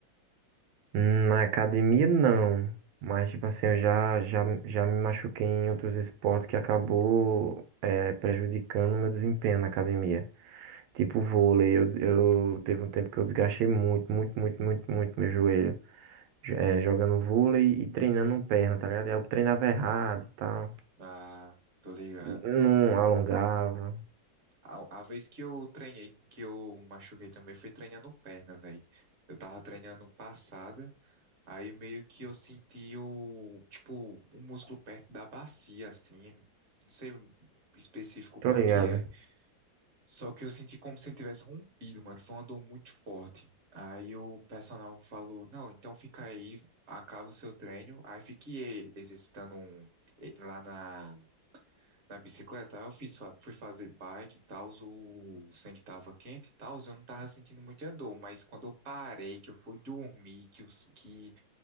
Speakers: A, on the right; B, on the right.
A: Na academia, não. Mas, tipo assim, eu já, já, já me machuquei em outros esportes que acabou é, prejudicando o meu desempenho na academia. Tipo vôlei, eu, eu teve um tempo que eu desgastei muito, muito, muito, muito, muito meu joelho. jo- é, jogando vôlei e treinando perna, tá ligado? Aí Eu treinava errado e tal.
B: Ah, tô ligado.
A: Não alongava.
B: A, a vez que eu treinei, que eu machuquei também foi treinando perna, velho. Eu tava treinando passada. Aí meio que eu senti o, tipo, um músculo perto da bacia, assim, não sei específico
A: Tô
B: qual
A: ligado.
B: que é. Só que eu senti como se ele tivesse rompido, mano, foi uma dor muito forte. Aí o personal falou, não, então fica aí, acaba o seu treino. Aí fiquei exercitando um, lá na, na bicicleta, aí eu fiz, fa- fui fazer bike e tal, o sangue tava quente e tal, eu não tava sentindo muita dor, mas quando eu parei, que eu fui dormir, que, os que